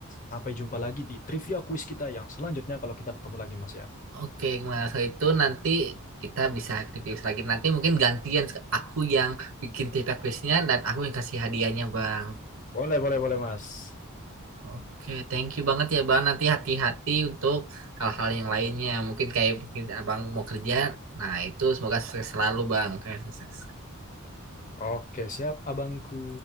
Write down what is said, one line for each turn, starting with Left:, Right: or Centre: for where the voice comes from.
Left: sampai jumpa lagi di trivia quiz kita yang selanjutnya kalau kita ketemu lagi Mas ya.
Right: Oke, kalau itu nanti kita bisa trivia kuis lagi. Nanti mungkin gantian aku yang bikin trivia kuisnya dan aku yang kasih hadiahnya Bang.
Left: Boleh, boleh, boleh Mas.
Right: Oke, thank you banget ya Bang. Nanti hati-hati untuk hal-hal yang lainnya. Mungkin kayak mungkin Abang mau kerja. Nah, itu semoga sukses selalu Bang. Oke, sukses.
Left: Oke, siap abangku.